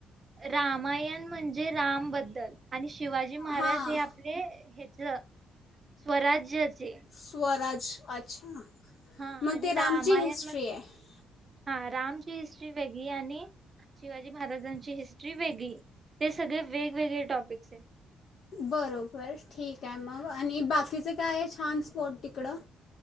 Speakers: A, on the right; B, on the left.
A: रामायण म्हणजे राम बद्दल आणि शिवाजी महाराज
B: हां
A: हे आपले च स्वराज्यचे
B: स्वराज्य अच्छा.
A: हा
B: मग
A: आणि
B: ते रामची
A: रामायण
B: हिस्ट्री
A: <unintelligible>
B: आहे
A: हा राम ची हिस्ट्री वेगळी आणि शिवाजी महाराजांची हिस्ट्री वेगळी ते सगळे वेगवेगळे टॉपिक्स आहेत.
B: बरोबर ठीक आहे मग आणि बाकीचं काय छान स्पॉट तिकडं.